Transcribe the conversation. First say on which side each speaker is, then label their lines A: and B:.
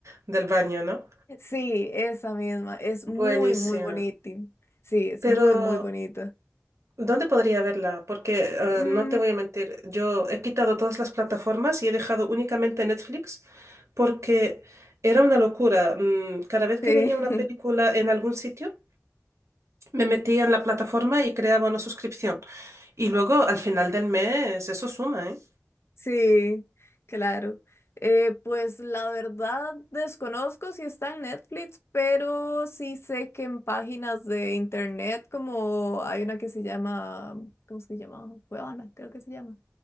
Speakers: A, on the right; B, on the left.
A: del baño, ¿no?
B: Sí, esa misma, es muy,
A: Buenísima.
B: muy bonita. Sí, es
A: Pero
B: muy, muy bonita.
A: ¿Dónde podría verla? Porque eh,
B: Mm,
A: no te voy a mentir, yo he quitado todas las plataformas y he dejado únicamente Netflix porque era una locura. Mm, Cada vez
B: sí.
A: que veía una película
B: <laughs>
A: en algún sitio, me metía en la plataforma y creaba una suscripción. Y luego al final del mes eso suma, ¿eh?
B: Sí, claro. Eh, pues la verdad desconozco si está en Netflix, pero sí sé que en páginas de internet, como hay una que se llama, ¿cómo se llama? Cuevana, creo que se llama.